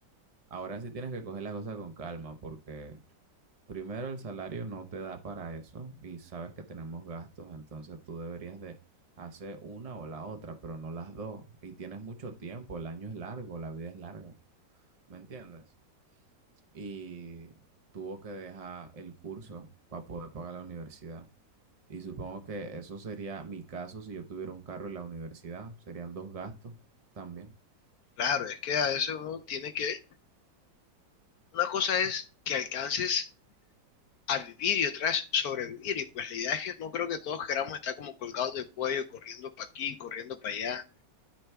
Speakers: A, on the right; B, on the left.
A: ahora sí tienes que coger las cosas con calma porque Primero, el salario no te da para eso y sabes que tenemos gastos, entonces tú deberías de hacer una o la otra, pero no las dos. Y tienes mucho tiempo, el año es largo, la vida es larga, ¿me entiendes? Y tuvo que dejar el curso para poder pagar la universidad. Y supongo que eso sería mi caso si yo tuviera un carro en la universidad, serían dos gastos también.
B: Claro, es que a veces uno tiene que... Una cosa es que alcances a vivir y otra es sobrevivir. Y pues la idea es que no creo que todos queramos estar como colgados del cuello, corriendo para aquí, corriendo para allá,